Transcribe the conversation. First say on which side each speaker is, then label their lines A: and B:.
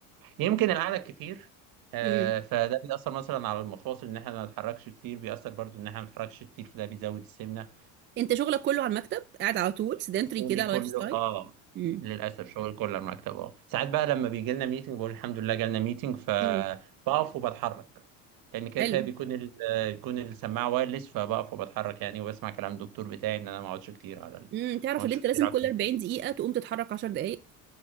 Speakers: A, on the right; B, on the right.
A: يمكن القعده الكتير آه،
B: امم
A: فده بيأثر مثلا على المفاصل ان احنا ما نتحركش كتير بيأثر برضو ان احنا ما نتحركش كتير فده بيزود السمنه
B: انت شغلك كله على المكتب قاعد على طول سيدنتري
A: شغلي
B: كده على
A: كله
B: لايف ستايل
A: اه
B: امم
A: للاسف شغل كله على المكتب اه ساعات بقى لما بيجي لنا ميتنج بقول الحمد لله جالنا ميتنج فبقف
B: امم
A: وبتحرك لان كده
B: حلو
A: كده بيكون ال... بيكون السماعه وايرلس فبقف وبتحرك يعني وبسمع كلام الدكتور بتاعي ان انا ما اقعدش كتير على ال... ما
B: امم تعرف
A: اقعدش
B: ان انت
A: كتير
B: لازم
A: على
B: كل
A: الكمبيوتر
B: 40 دقيقة تقوم تتحرك 10 دقائق